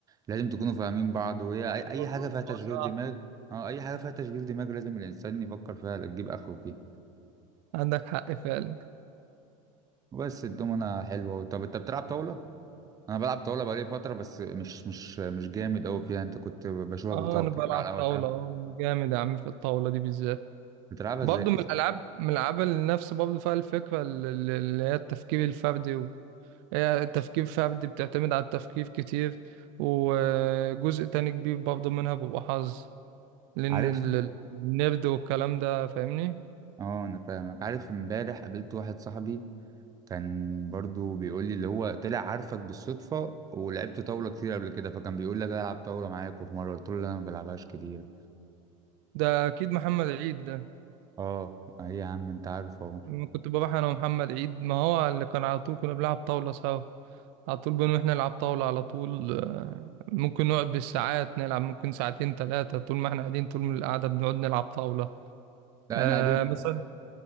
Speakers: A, on the right; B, on the right.
A: لازم تكونوا فاهمين بعض وهي أي أي
B: الموضوع
A: حاجة
B: بيبقى
A: فيها تشغيل
B: صعب
A: دماغ أه أي حاجة فيها تشغيل دماغ لازم الإنسان يفكر فيها تجيب آخره فيها
B: عندك حق فعلا
A: وبس الدومنة حلوة طب أنت بتلعب طاولة؟ أنا بلعب طاولة بقالي فترة بس مش مش مش جامد أوي فيها أنت كنت بشوفك
B: اه
A: بتقعد
B: انا بلعب
A: كتير على القهوة
B: طاولة
A: تلعب
B: اه انا جامد يا عم في الطاولة دي بالذات
A: بتلعبها
B: برضه
A: إزاي
B: من
A: أصلا؟
B: الالعاب من الالعاب اللي نفس برضه فيها الفكرة ال- ال- اللي هي التفكير الفردي و... هي تفكير فردي بتعتمد على التفكير كتير وجزء تاني كبير برضه منها بيبقى حظ لان
A: عارف
B: ال- ال- النرد والكلام ده فاهمني
A: اه انا فاهمك عارف امبارح قابلت واحد صاحبي كان برضو بيقول لي اللي هو طلع عارفك بالصدفة ولعبت طاولة كتير قبل كده فكان بيقول لك العب طاولة معاك وفي مرة قلت له لا انا ما بلعبهاش كتير
B: ده اكيد محمد عيد ده
A: اه اي يا عم انت عارف اهو
B: لما كنت بروح انا ومحمد عيد ما هو اللي كان على طول كنا بنلعب طاولة سوا على طول بنروح نلعب طاولة على طول آه، ممكن نقعد بالساعات نلعب ممكن ساعتين ثلاثة طول ما احنا قاعدين طول من القعدة بنقعد نلعب طاولة
A: لا
B: آه
A: انا قابلت
B: مثلا